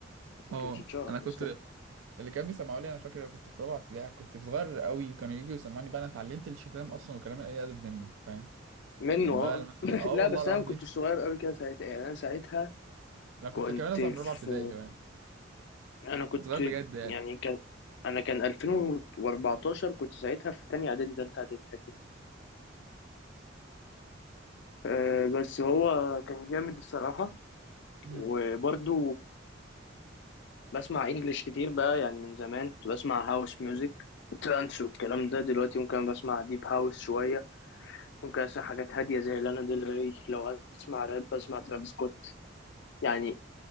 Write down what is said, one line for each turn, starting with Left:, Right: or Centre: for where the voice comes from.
Left: ما
Right: اه
Left: كانش اتشهر
Right: انا كنت
Left: لسه
Right: اللي كان بيسمعوا لي انا فاكر لو كنت في رابعه ابتدائي كنت صغير قوي كانوا يجوا يسمعني بقى انا اتعلمت الشتام اصلا وكلام اي ادب منه فاهم
Left: منه
Right: كان بقى
Left: اه
Right: مثلا
Left: <laughs>
Right: اه
Left: لا
Right: والله
Left: بس
Right: العظيم
Left: انا ما كنتش صغير قوي كده ساعتها يعني انا ساعتها
Right: <laughs> انا كنت
Left: كنت
Right: كمان اصلا
Left: في
Right: من رابعه ابتدائي كمان
Left: انا كنت
Right: كنت صغير بجد يعني
Left: يعني كان انا كان 2014 كنت ساعتها في تانية اعدادي تالتة اعدادي حاجه كده آه بس هو كان جامد الصراحه
Right: امم
Left: وبرده بسمع انجلش كتير بقى يعني من زمان كنت بسمع هاوس ميوزك ترانس والكلام ده دلوقتي ممكن بسمع ديب هاوس شوية ممكن اسمع حاجات هادية زي لانا ديل ري لو اسمع راب بسمع ترافيس سكوت يعني